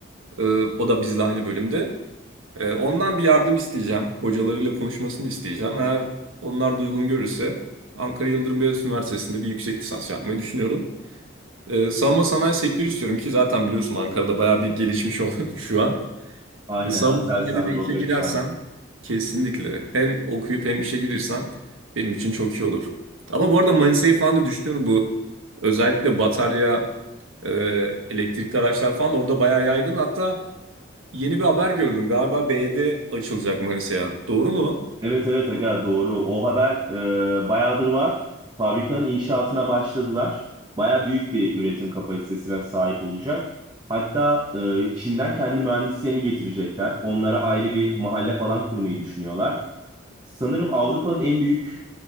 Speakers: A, on the right; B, on the right.
A: E, o da bizle aynı bölümde. E, ondan bir yardım isteyeceğim. Hocalarıyla konuşmasını isteyeceğim. Eğer onlar da uygun görürse Ankara Yıldırım Beyazıt Üniversitesi'nde bir yüksek lisans yapmayı düşünüyorum. E, savunma sanayi sektörü istiyorum ki zaten biliyorsun Ankara'da bayağı bir gelişmiş <laughs> oldu şu an.
B: Aynen
A: Savunma
B: Aselsan,
A: sanayide de işe
B: Roketsan.
A: girersem kesinlikle hem okuyup hem işe girirsem benim için çok iyi olur. Ama bu arada Manisa'yı falan da düşünüyorum bu özellikle batarya, e, elektrikli araçlar falan orada bayağı yaygın. Hatta yeni bir haber gördüm galiba BD açılacak Manisa'ya. Doğru mu?
B: Evet evet aga doğru. O haber e, bayağıdır var. Fabrikanın inşaatına başladılar. Baya büyük bir üretim kapasitesine sahip olacak. Hatta e, Çin'den kendi mühendislerini getirecekler. Onlara ayrı bir mahalle falan kurmayı düşünüyorlar. Sanırım Avrupa'nın en büyük